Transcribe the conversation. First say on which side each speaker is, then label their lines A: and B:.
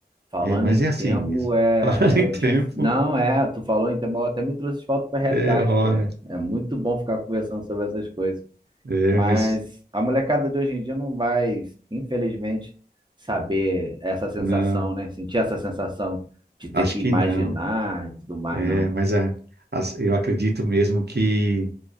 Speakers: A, on the right; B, on the right.
A: Falando
B: É, mas
A: em
B: é
A: tempo,
B: assim mesmo.
A: é,
B: <laughs> Falando em
A: é
B: tempo,
A: dif- Não, é, tu falou em tempo, até me trouxe de volta para a realidade,
B: é hora.
A: porque é, é muito bom ficar conversando sobre essas coisas.
B: É,
A: Mas
B: mas
A: a molecada de hoje em dia não vai, infelizmente, saber essa sensação,
B: não,
A: né? Sentir essa sensação de ter
B: acho
A: que
B: que
A: imaginar
B: não.
A: e tudo mais,
B: É,
A: não.
B: mas a- as- eu acredito mesmo que,